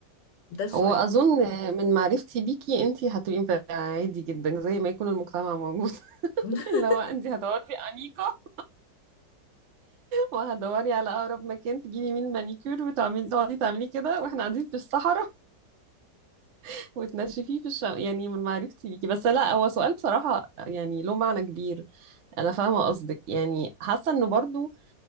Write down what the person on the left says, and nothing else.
ده السؤال
<laughs>